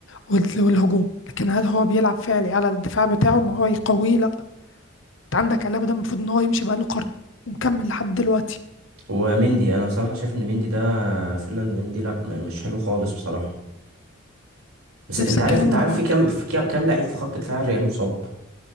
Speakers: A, on the left; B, on the right.
A: وال... والهجوم لكن هل هو بيلعب فعلي على الدفاع بتاعه ان هو يقويه لا انت عندك علابة ده المفروض ان هو يمشي بقاله قرن ومكمل لحد دلوقتي
B: ومندي انا بصراحة شايف ان مندي ده فيرلاند مندي لا م- مش حلو خالص بصراحة بس انت
A: نفس
B: عارف
A: الكلام
B: انت عارف
A: برضه
B: في كام في كام كام لعيب في خط دفاع الريال مصاب